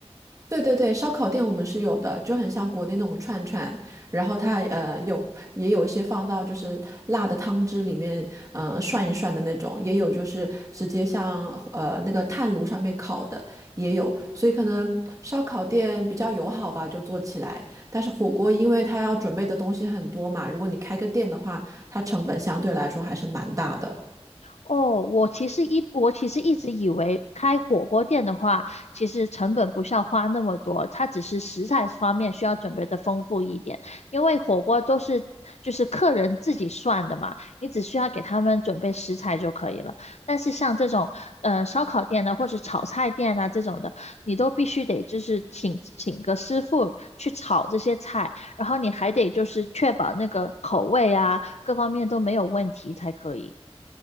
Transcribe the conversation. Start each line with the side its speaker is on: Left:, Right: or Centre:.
Right: 对对对，烧烤店我们是有的，就很像国内那种串串，然后它呃有也有一些放到就是辣的汤汁里面呃涮一涮的那种，也有就是直接像呃那个炭炉上面烤的也有，所以可能烧烤店比较友好吧，就做起来。但是火锅因为它要准备的东西很多嘛，如果你开个店的话，它成本相对来说还是蛮大的。
Left: 哦，我其实一我其实一直以为开火锅店的话，其实成本不需要花那么多，它只是食材方面需要准备的丰富一点，因为火锅都是就是客人自己算的嘛，你只需要给他们准备食材就可以了。但是像这种呃烧烤店呢，或者炒菜店啊这种的，你都必须得就是请请个师傅去炒这些菜，然后你还得就是确保那个口味啊各方面都没有问题才可以。